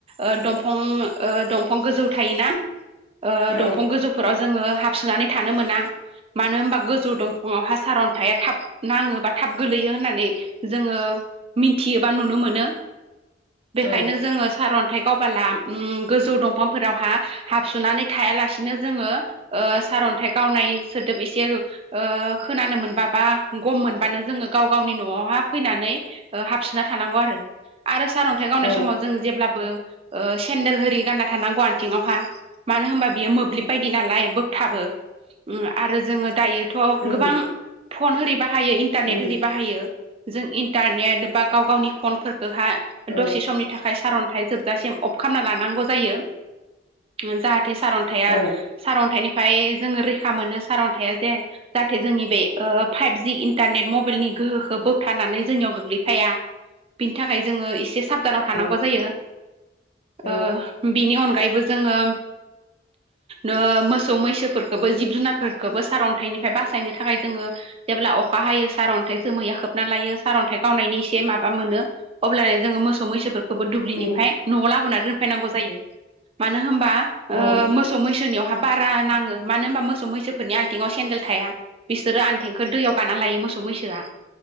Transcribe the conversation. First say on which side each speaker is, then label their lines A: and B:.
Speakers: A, on the right; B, on the left.
A: ओ दंफां ओ दंफां गोजौ थायोना ओ
B: औ
A: दंफां गोजौफोराव जोङो हाबसोनानै थानो मोना मानो होनबा गोजौ दंफाङावहा सारअन्थाया थाब नाङो बा थाब गोलैयो होननानै जोङो मिथियोबा नुनो मोनो बेखायनो
B: औ
A: जोङो सारअन्थाइ गावबाला उम गोजौ दंफांफोरावहा हाबसुनानै थायालासिनो जोङो ओ सारअन्थाइ गावनाय सोदोब एसे ओ खोनानो मोनबा बा गम मोनबानो जोङो गाव गावनि न'आवहा फैनानै ओ हाबसोना थानांगौ आरो आरो सारअन न्थाइ गावनाय
B: औ
A: समाव जों जेब्लाबो ओ सेन्देल होरि गानना थानांगौ आथिङावहा मानो होनबा बियो मोब्लिब बायदि नालाय बोगथाबो उम आरो जोङो दायो थ'
B: उम
A: गोबां फन होरि बाहायो इन्टारनेट
B: उम
A: होरि बाहायो जों इन्टारनेट बा गाव गावनि फनफोरखौ हा
B: औ
A: दसे समनि थाखाय सारअन्थाइ जोबजासिम अफ खालामना लानांगौ जायो जाहाथे सारअन्थ थाया
B: औ
A: सारअन्थाइनिफ्राय जोङो रैखा मोनो सारअन्थाया जे जाहाथे जोंनि बे ओ फाइभ जि इन्टारनेट मबाइलनि गोहोखौ बोबथानानै जोंनियाव गोग्लैफाया बिनि थाखाय जोङो एसे साबधानाव थानांगौ
B: उम
A: जायो
B: औ
A: ओ बिनि अनगायैबो जोङो नो मोसौ मैसोफोरखौबो जिब जुनारफोरखौबो सारअन्थाइनिफ्राय बासायनो थाखाय जोङो जेब्ला अखा हायो सारअन्थाइ जोमैया खोबना लायो सारअन्थाइ गावनायनि इसे माबा मोनो अब्लानो जोङो मोसौ मैसोफोर खौबो दुब्लिनिफ्राय
B: उम औ
A: न'आव लाबोनानै दोनफैनांगौ जायो मानो होनबा ओ
B: औ औ
A: मोस सौ मैसोनियावहा बारा नाङो मानो होनबा मोसौ मैसोफोरनि आनथिंआव सेन्देल थाया बिसोरो थेंखो दैयाव गाना लायो मोसौ मैसोआ